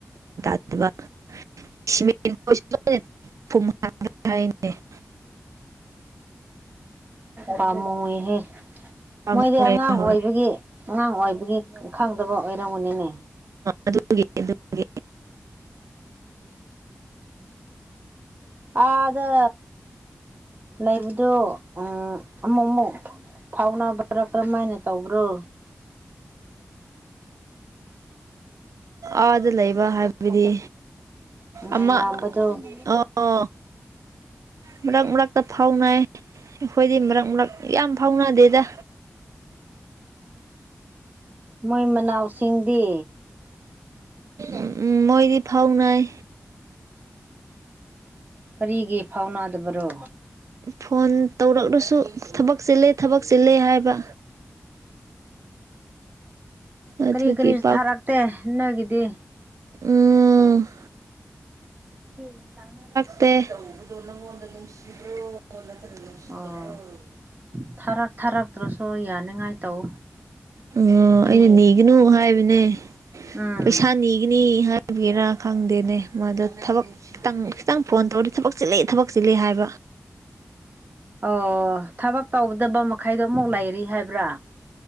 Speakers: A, on the right (about 80°); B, on the right (about 35°).
A: ꯑꯗꯨꯒ <unintelligible>
B: ꯄꯥꯝꯃꯨꯏꯍꯦ
A: ꯄꯥꯝꯃꯨꯏ
B: ꯃꯣꯏꯗꯤ ꯑꯉꯥꯡ ꯑꯣꯏꯕꯒꯤ
A: ꯍꯣꯏ
B: ꯑꯉꯥꯡ ꯑꯣꯏꯕꯒꯤ ꯈꯪꯗꯕ ꯑꯣꯏꯔꯝꯒꯅꯤꯅꯦ
A: ꯑꯗꯨꯒꯤ ꯑꯗꯨꯒꯤ
B: ꯑꯥꯗ ꯂꯩꯕꯗꯣ ꯎꯝ ꯑꯃꯨꯛ ꯑꯃꯨꯛ ꯐꯥꯎꯅꯕ꯭ꯔꯥ ꯀꯔꯝꯃꯥꯏꯅ ꯇꯧꯕ꯭ꯔꯣ
A: ꯑꯥꯗ ꯂꯩꯕ ꯍꯥꯏꯕꯗꯤ
B: ꯃꯌꯥꯝꯕꯗꯣ
A: ꯑꯃ ꯑꯣ ꯃꯔꯛ ꯃꯔꯛꯇ ꯐꯥꯎꯅꯥꯏ ꯑꯩꯈꯣꯏꯗꯤ ꯃꯔꯛ ꯃꯔꯛ ꯌꯥꯝ ꯐꯥꯎꯅꯗꯦꯗ
B: ꯃꯣꯏ ꯃꯅꯥꯎꯁꯤꯡꯗꯤ
A: ꯎꯝ ꯎꯝ ꯃꯣꯏꯗꯤ ꯐꯥꯎꯅꯩ
B: ꯀꯔꯤꯒꯤ ꯐꯥꯎꯅꯗꯕꯔꯣ꯫
A: ꯐꯣꯟ ꯇꯧꯔꯛꯂꯁꯨ ꯊꯕꯛ ꯆꯤꯜꯂꯦ ꯊꯕꯛ ꯆꯤꯜꯂꯦ ꯍꯥꯏꯕ꯫ ꯑꯗꯨꯒꯤ
B: ꯀꯔꯤ ꯀꯔꯤꯁꯨ
A: ꯄꯥꯛ
B: ꯊꯥꯔꯛꯇꯦ ꯅꯣꯢꯒꯤꯗꯤ꯫
A: ꯎꯝ
B: <unintelligible>
A: <unintelligible> ꯅꯪꯉꯣꯟꯗ ꯅꯨꯡꯁꯤꯕ꯭ꯔꯣ ꯅꯠꯇꯅ ꯅꯨꯡꯁꯤꯗꯕ꯭ꯔꯣ꯫
B: ꯑꯣ ꯊꯥꯔꯛ ꯊꯥꯔꯛꯇ꯭ꯔꯁꯨ ꯌꯥꯅꯤꯡꯉꯥꯏ ꯇꯧ
A: ꯎꯝ
B: ꯃꯤ
A: ꯑꯩꯅ ꯅꯤꯒꯅꯨ ꯍꯥꯏꯕꯅꯦ
B: ꯎꯝ
A: ꯄꯩꯁꯥ ꯅꯤꯒꯅꯤ ꯍꯥꯏ ꯒꯤꯔꯥ ꯈꯪꯗꯦꯅꯦ ꯃꯥꯗꯣ ꯊꯕꯛ ꯈꯤꯇꯪ ꯈꯤꯇꯪ ꯐꯣꯟ ꯇꯧꯔꯗꯤ ꯊꯕꯛ ꯆꯤꯜꯂꯤ ꯊꯕꯛ ꯆꯤꯜꯂꯤ ꯍꯥꯏꯕ꯫
B: ꯑꯣ ꯊꯕꯛ ꯇꯧꯗꯕ ꯃꯈꯩꯗꯣ ꯑꯃꯨꯛ ꯂꯩꯔꯤ ꯍꯥꯏꯕ꯭ꯔꯥ